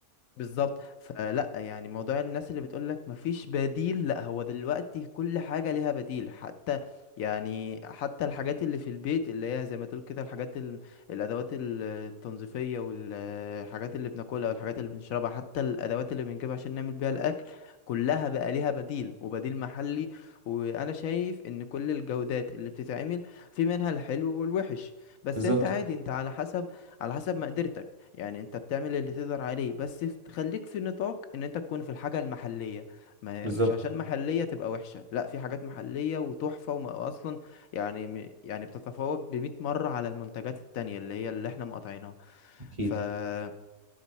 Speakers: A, on the left; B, on the right.
A: بالظبط فلا يعني موضوع الناس اللي بتقولك مفيش بديل لا هو دلوقتي كل حاجة ليها بديل حتى يعني حتى الحاجات اللي في البيت اللي هي زي ما تقول كده الحاجات ال... الأدوات ال- التنظيفية والحاجات اللي بناكلها والحاجات اللي بنشربها حتى الأدوات اللي بنجيبها عشان نعمل بيها الأكل كلها بقى ليها بديل وبديل محلي وأنا شايف إن كل الجودات اللي بتتعمل في منها الحلو والوحش بس
B: بالظبط
A: أنت عادي أنت على حسب على حسب مقدرتك يعني انت بتعمل اللي تقدر عليه بس ف- خليك في نطاق ان انت تكون في الحاجة المحلية ما هي
B: بالظبط
A: مش عشان محلية تبقى وحشة لا في حاجات محلية وتحفة وما اصلا يعني م- يعني بتتفوق بمئة مرة على المنتجات التانية اللي هي اللي احنا مقاطعينها
B: اكيد
A: فحاجة